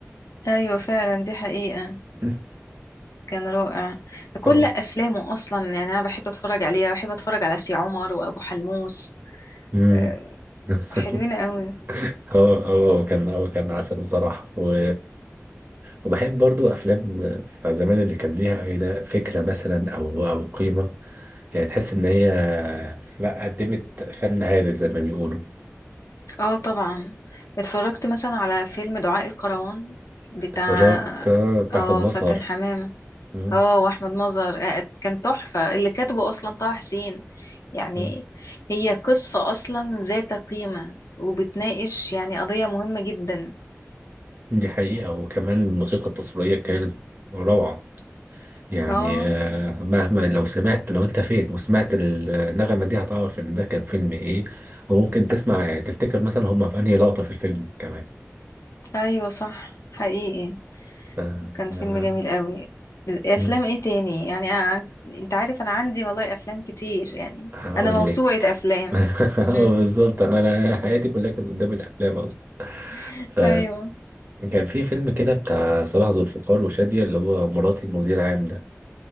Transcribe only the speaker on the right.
<laughs>
طبعا
مم.
<laughs>
اه اه كان اه كان عسل بصراحة و... وبحب برضو أفلام بتاع زمان اللي كان ليها أي فكرة مثلا أو أو قيمة يعني تحس إن هي لا قدمت فن هادف زي ما بيقولوا
اتفرجت آه، بتاع
أحمد مظهر
مم.
مم.
دي حقيقة وكمان الموسيقى التصويرية كانت روعة يعني
آه، مهما لو سمعت لو انت فين وسمعت النغمة دي هتعرف ان ده كان فيلم ايه وممكن تسمع يعني تفتكر مثلا هما في انهي لقطة في الفيلم كمان
ف... آه،
مم.
هقول
لك
<laughs> اه
بالظبط انا أنا حياتي كلها كانت قدام الافلام اصلا
ف
كان في فيلم كده بتاع صلاح ذو الفقار وشادية اللي هو مراتي المدير عام ده